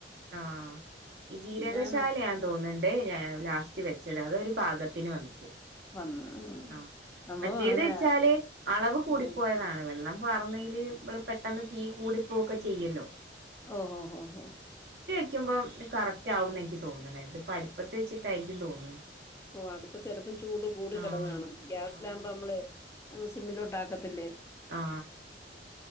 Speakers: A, on the right; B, on the left.
A: ആ ജീരക
B: ഞാനാ
A: ശാല ആണെന്ന് തോന്നുണ്ട് ഞാൻ ലാസ്റ്റ് വെച്ചത് അതൊരു പാകത്തിന് വന്നിട്ട്
B: വന്ന് ഉം
A: ആ
B: നമ്മളും
A: മറ്റേത്
B: അങ്ങനെ
A: വെച്ചാല് അളവ് കൂടി
B: ഉം
A: പോയതാണ് വെള്ളം ർന്നേല് മ്മള് പെട്ടന്ന് തീ കൂടി പോവൊക്കെ ചെയുലോ
B: ഹോ ഹോ ഹോ
A: ക്കുമ്പം കറക്റ്റ് ആകുന്നെനിക്ക് തോന്നുന്നേ അടുപ്പത്ത് വച്ചിട്ടായിരിക്കും തോന്നുന്നു
B: ഒ അടുപ്പത്ത് ചിലപ്പോൾ ചൂടും കൂടിക്കിടന്ന്
A: ആഹ്
B: കാണും ഗ്യാസിൽ
A: അതുകൊണ്ട്
B: ആവുമ്പോ നമ്മള് സിമ്മിലോട്ട് ആകത്തില്ലേ
A: ആ